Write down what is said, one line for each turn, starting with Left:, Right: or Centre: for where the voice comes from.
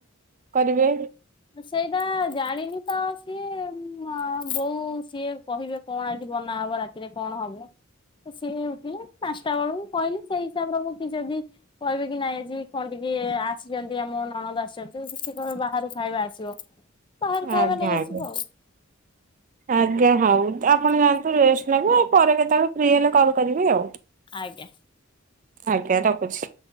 Right: କରିବେ?
Left: ସେଇଟା ଜାଣିନି ତ ସିଏ ଉମ ହଁ ବୋଉ ସିଏ କହିବେ କଣ ଆଜି ବନା ହବ ରାତିରେ କଣ ହବ। ତ ସିଏ ଉଠିଲେ ପାନ୍ସଟା ବେଳକୁ କହିଲି ସେଇ ହିସାବରେ ମୁଁ କି ଯଦି କହିବେ କି ନାଇଁ ଆଜି କଣ ଟିକେ ଆସିଛନ୍ତି ଆମ ନଣନ୍ଦ ଆସିଛନ୍ତି ଟିକେ କଣ ବାହାରୁ ଖାଇବା ଆସିବ। ବାହାରୁ
Right: ଆ,
Left: ଖାଇବା
Right: ଗାଁରେ
Left: ନେଇ ଆସିବ ଆଉ
Right: ଆଜ୍ଞା ହଉ, ଆପଣ ଯାଆନ୍ତୁ ରେଷ୍ଟ ନେବେ ଆ, ପରେ କେତେବେଳେ ଫ୍ରି ହେଲେ କଲ୍ କରିବେ ଆଉ।
Left: ଆଜ୍ଞା।
Right: ଆଜ୍ଞା ରଖୁଛି।